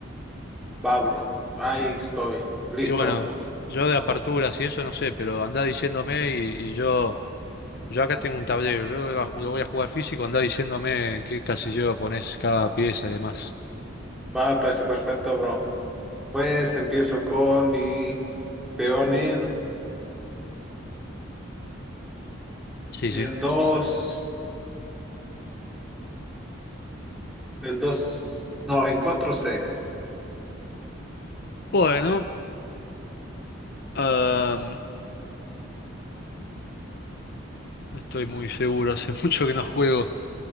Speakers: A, in the centre; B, on the left (about 50°).
A: Va, bro. Ahí estoy. Listo.
B: Y bueno, yo de aperturas y eso no sé, pero andá diciéndome y, y yo, yo acá tengo un tablero, yo lo, va- lo voy a jugar físico, andá diciéndome en qué casillero pones cada pieza y demás.
A: Va, me parece perfecto, bro. Pues empiezo con mi peón en,
B: Sí,
A: en
B: sí.
A: dos, en dos, no, en cuatro c
B: Bueno, ah, estoy muy seguro, hace <laughs> mucho que no juego,